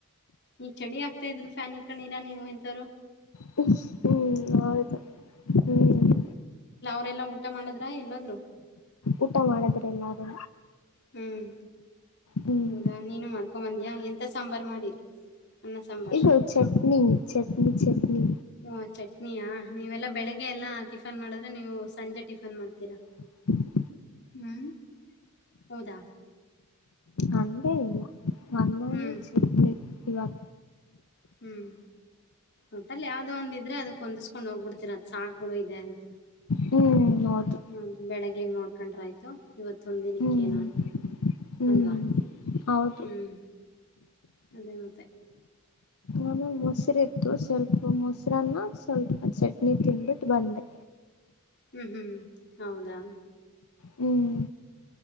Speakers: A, on the left (about 50°); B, on the left (about 85°).
A: ಈ ಚಳಿ ಆಗ್ತಾ ಇದ್ರು ಫ್ಯಾನ್ ಇಕ್ಕೊಂಡರಾ ನೀವು್ ಎಂತಾರ
B: ಹ್ಮ್ ಹೌದುಾ ಹ್ಮ್
A: ಅವ ಎಲ್ಲಾ ಊಟ ಮಾಡದ್ರ ಎಲ್ಲಾದ್ರು
B: ಊಟ ಮಾಡಿದ್ರೆ ಎಲ್ಲಾರು
A: ಹ್ಮ್
B: ಹ್ಮ್
A: ಹೌದಾ ನೀನು ಮಾಡ್ಕೊ ಬಂದ್ಯಾ ಎಂತ ಸಾಂಬಾರ್ು ಮಾಡಿರಿ ಅನ್ನ ಸಾಂಬಾರು
B: ಇದು ಚಟ್ನಿ ಚಟ್ನಿ ಚಟ್ನಿ
A: ಓ ಚಟ್ನಿಯಾ ನೀವೆಲ್ಲಾ ಬೆಳಿಗ್ಗೆ ಎಲ್ಲಾ ಟಿಫನ್ ಮಾಡಿದ್ರೆ ನೀವು ಸಂಜೆ ಟಿಫನ್ ಮಾಡ್ತೀರಾ
B: ಹ
A: ಹ್ಮ್ ಅದ
B: ಅಂಡೇ ಇಲ್ಲ ವಂದಾನೇ
A: ಹ್ಮ್
B: ಚೆಕ್ಕ ಇವಾಗ
A: ಹ್ಮ್ ಊಟಲ್ಲಿ ಯಾವ್ದೋ ಒಂದಿದ್ರೆ ಅದಕ್ ಹೊಂದ್ಕೊಂಡ್ ಹೋಗ್ಬಿಡ್ತೀರ ಅದ್ ಸಾಾಗಕ್ಬಿಡು ಇದೆ ಅಂತ
B: ಹ್ಮ್ ಹೌದು
A: ಹ್ಮ ಬೆಳಿಗ್ಗೆಗೆ ನೋಡ್ಕೊಂಡ್ರ ಆಯ್ತು ಇವತ್ತು ತಂದಿನಕ್ಕೇನು
B: ಹ್ಮ್
A: ಅಂತ
B: ಹ್ಮ್
A: ಅಲ್ವಾ
B: ಹೌದು
A: ಹ್ಞ ಅದೇ ನತ್ತ
B: ಆಮೇ ಮೊಸರು ಇತ್ತು ಸ್ವಲ್ಪ ಮೊ ಹತ್ರ ಸ್ವಲ್ಪ ಚಟ್ನಿ ತಿನ್್ಬಿಟ್ಟು ಬಂದೆ
A: ಹ್ಮ್ ಹ್ಮ್ ಹೌದಾ
B: ಹ್ಮ್